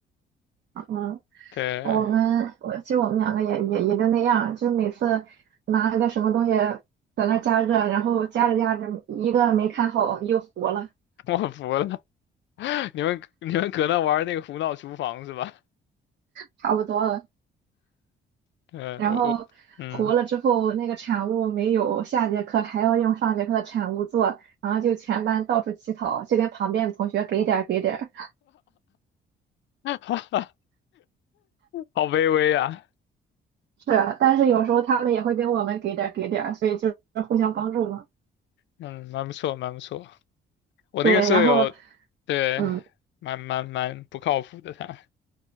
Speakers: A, on the right; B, on the left.
A: 嗯，
B: 对，
A: 我们我其实我们两个也也也就那样，就每次拿个什么东西在那儿加热，然后加着加着一个没看好又糊了，
B: <laughs> 我服了。<laughs> 你们你们搁那玩那个胡闹厨房是吧？
A: 差不多了，
B: 对，
A: 然后糊了之后那个产物没有下节课还要用上节课的产物做，
B: 我我嗯，
A: 然后就全班到处乞讨，就跟旁边的同学给点儿给点儿。
B: <laughs> 好卑微啊。
A: 是啊，但是有时候他们也会跟我们给点儿给点儿，所以就是互相帮助嘛。
B: 嗯，蛮不错，蛮不错。我那个舍友，
A: 对，然后，
B: 对，
A: 嗯
B: 蛮蛮蛮不靠谱的他。